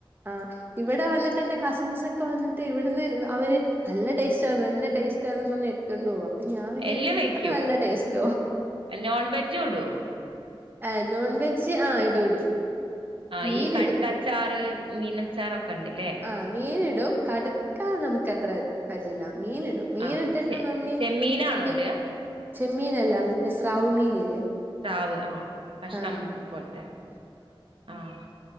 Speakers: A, on the right; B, on the right.
A: ആഹ് ഇവിടെ വന്നിട്ടെന്റെ കസിൻസൊക്കെ വന്നിട്ട് ഇവിടുന്ന് അവര് നല്ലടേസ്റ്റാ നല്ലടേസ്റ്റാന്നും പറഞ്ഞെടുത്തോണ്ടു പോവും അപ്പൊ ഞാൻ വിചാരിക്കും
B: എല്ലും
A: ഇത്ര
B: വെക്കൂ
A: നല്ല ടേസ്റ്റോ
B: നോൺ വെജ്ജും ഇടുവോ
A: ആഹ് നോൺവെജ്ജ്‌ ആഹ് ഇടും ഇടും
B: ആഹ്ഈ
A: മീൻ
B: കടുക്കയച്ചാറ്
A: ഇടും
B: മീനച്ചാറൊക്കെ എണ്ടില്ലേ
A: ആഹ് മീനിടും കടുക്ക നമുക്കത്ര പരിചയില്ല. മീനിടും മീനിട്ടട്ട്
B: ആ ചെ
A: മമ്മി
B: ചെമ്മീനാണോ
A: പിന്നെ
B: ഇടുക
A: ചെമ്മീനല്ല മറ്റെ സ്രാവു മീനില്ലേ
B: സ്രാവ് ആഹ് കഷ്ണം
A: ആഹ്
B: പോലത്തെ ആഹ്